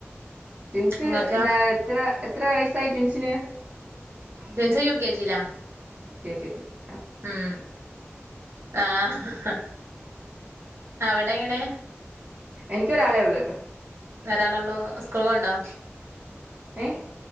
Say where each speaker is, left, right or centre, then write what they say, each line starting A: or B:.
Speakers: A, on the right (about 30°); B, on the right (about 65°).
A: റ്റിൻസ്
B: ഇങ്ങക്കോ
A: നേ എത്ര എത് ത്രൈ വയസായി റ്റിൻസിന്?
B: ബൻസ യൂ ക്കേ ജി ലാ
A: കേജി ൽ
B: ഉം ആഹ്ഹ അവിടെ എങ്ങനെ?
A: എനികൊരാളെ ഉള്ള്
B: ഒരാലള്ളൂ സ്കൂൾ പോണ്ടോ?
A: ഏഹ്?